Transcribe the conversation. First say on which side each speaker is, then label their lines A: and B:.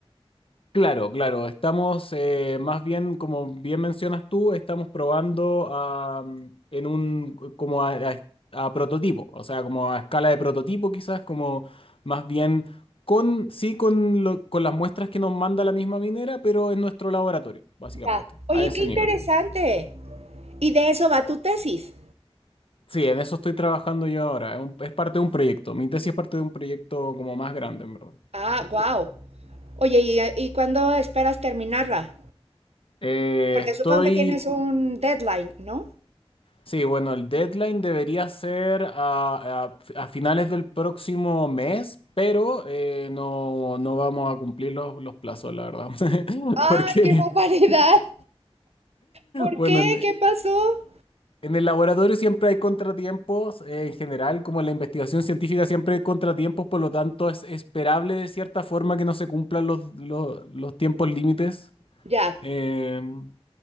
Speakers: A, on the left (about 60°); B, on the right (about 80°).
A: Claro, claro, estamos eh, más bien, como bien mencionas tú, estamos probando a, mm, en un, como a, a- a prototipo, o sea, como a escala de prototipo quizás, como más bien con, sí, con, lo- con las muestras que nos manda la misma minera, pero en nuestro laboratorio, básicamente,
B: Ya. Oye,
A: a ese
B: qué interesante.
A: nivel.
B: Y de eso va tu tesis.
A: Sí, en eso estoy trabajando yo ahora, es, un- es parte de un proyecto, mi tesis es parte de un proyecto como más grande, en verdad.
B: Ah,
A: Sí.
B: wow. Oye, ¿y, y cuándo esperas terminarla?
A: Eh,
B: Porque
A: estoy
B: supongo que tienes un deadline, ¿no?
A: Sí, bueno, el deadline debería ser a, a- a finales del próximo mes, pero eh, no, no vamos a cumplir los, los plazos, la verdad. <laughs>
B: ¡Ay,
A: Porque,
B: qué barbaridad! ¿Por
A: bueno,
B: qué?
A: en,
B: ¿Qué pasó?
A: en el laboratorio siempre hay contratiempos, eh, en general, como en la investigación científica siempre hay contratiempos, por lo tanto es esperable de cierta forma que no se cumplan los, los, los tiempos límites.
B: Ya.
A: Em,